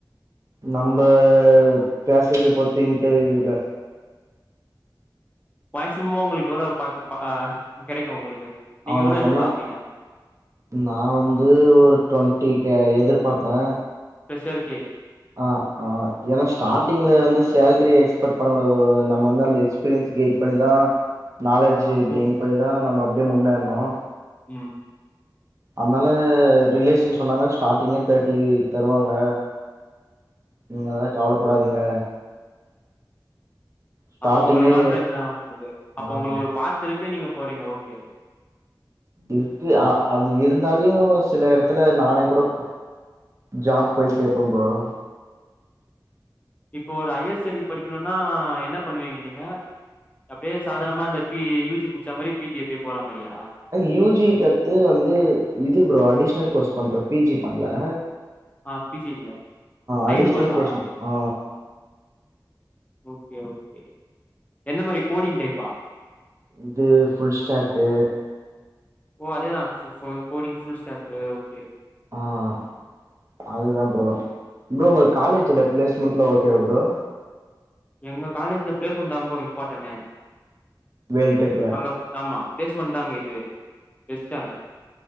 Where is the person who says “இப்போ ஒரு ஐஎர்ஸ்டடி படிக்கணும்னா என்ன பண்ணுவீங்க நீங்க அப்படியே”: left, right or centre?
Left